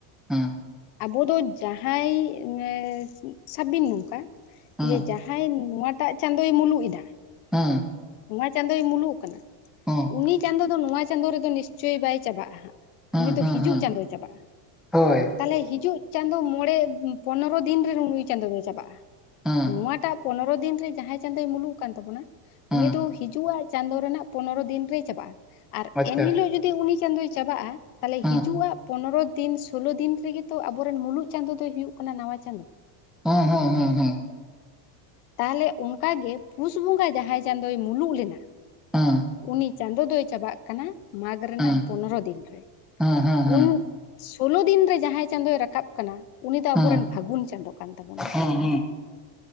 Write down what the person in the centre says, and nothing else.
ᱦᱩᱸ
ᱦᱩᱸ
ᱦᱟᱸ
ᱦᱩᱸ
ᱦᱩᱸ
ᱦᱩᱸ
ᱦᱩᱸ
ᱦᱳᱭ
ᱦᱩᱸ
ᱦᱩᱸ
ᱟᱪᱪᱷᱟ
ᱦᱩᱸ
ᱦᱚᱸ ᱦᱚᱸ ᱦᱚᱸ ᱦᱚᱸ ᱾
<inaudible>
ᱦᱩᱸ
ᱦᱩᱸ ᱦᱩᱸ ᱦᱩᱸ
ᱦᱩᱸ
ᱦᱩᱸ
ᱦᱩᱸ